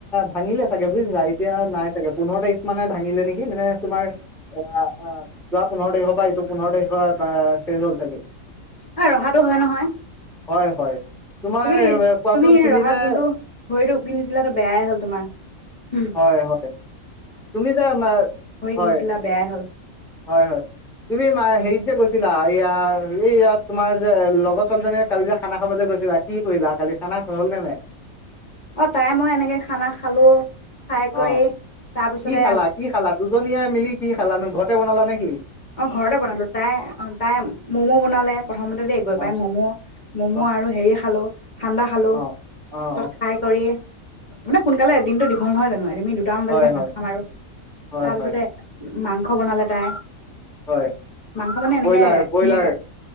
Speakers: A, in the centre; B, on the left.
A: ভাঙিলে চাগে বুজিছা এতিয়া নাই চাগে। পোন্ধৰ তাৰখ মানে ভাঙিলে নেকি মানে তোমাৰ অ'। যোৱা পোন্ধৰ তাৰিখৰ পৰা এইটো পোন্ধৰ তাৰিখৰ চেজ হ'ল চাগে
B: অ ৰহাটো হয় নহয়।
A: হয় হয়। তোমাৰ
B: তুমি,
A: কোৱাচোন
B: তুমি ৰহাত
A: যে
B: যোনটো ঘৰিটো কিনিছিলা বেয়াই হ'ল তোমাৰ, হ'ম
A: হয় হয় তুমি যে, হয়,
B: কিনিছিলা বেয়াই হ'ল
A: হয়-হয়, তুমি মা হেৰি যে গৈছিলা, এইয়া এই ইয়াত তোমাৰ যে লগৰ ছোৱালীজনীয়ে কালি যে খানা খাব যে গৈছিলা। কি কৰিলা কালি, খানা খাবা হ'ল নে নাই?
B: অ' তাই মই এনেকে খানা খালো, খাই
A: অ
B: কৰি তাৰপিছতে
A: কি খালা, কি খালা? দুজন নিয় মিলি কি খালানো? ঘৰতে বনালা নে কি?
B: অ ঘৰতে বনালো। তাই অ' তাই ম'ম' বনালে, প্ৰথমতে দ গৈ
A: অ
B: পাই, ম'ম', ম'ম'
A: অ
B: আৰু হেৰি খালো ঠাণ্ডা খালো,
A: অ অ
B: তাৰ
A: অ
B: পিছত খাই কৰি মানে সোনকালে, এদিনতো দীঘল নহয় জানো আমি দুটামান
A: হয়
B: বাজিতে
A: হয়
B: ভাত খাম আৰু,
A: হয়
B: তাৰ
A: হয়
B: পাছতে, মাংস খ বনালটাই।
A: হয়
B: মাংস মানে এনেকে,
A: ব্ৰইলাৰ ব্ৰইলাৰ
B: ধুনীয়াকে